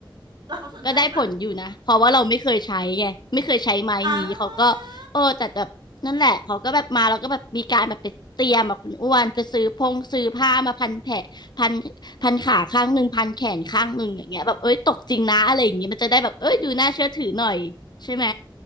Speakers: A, on the right; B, on the left.
A: แล้วเขาสนใจไหมะ
B: ก็ได้ผลอยู่นะเพราะว่าเราไม่เคยใช้ไงไม่เคยใช้ไม้นี้เขาก็เออแต่แบบนั่นแหละเขาก็แบบมาเราก็แบบมีการแบบไปเตรียมแบบคุณอ้วนไปซื้อพงซื้อผ้ามาพันแผลพัน
A: อ่า
B: พันขาข้างหนึ่งพันแขนข้างหนึ่งอย่างเงี้ยแบบเอ้ยตกจริงนะอะไรอย่างเงี้ยมันจะได้แบบเอ้ยดูน่าเชื่อถือหน่อยใช่ไหม
A: อืม